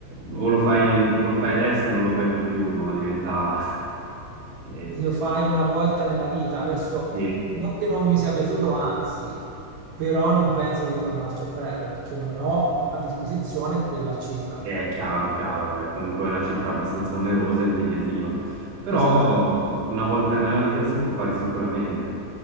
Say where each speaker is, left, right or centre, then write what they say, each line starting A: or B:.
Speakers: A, on the right; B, on the right.
A: o lo fai, o lo fai adesso o non lo fai mai più, no? Diventa... <laughs> eh,
B: lo fai una volta nella vita. Adesso
A: sì.
B: non che non mi sia piaciuto, anzi, però non penso di tornarci a breve perché non ho a disposizione quella cifra.
A: È chiaro, chiaro, è comunque una cifra abbastanza onerosa e impegnativa, però
B: Esattamente.
A: una volta nella vita si può fare sicuramente.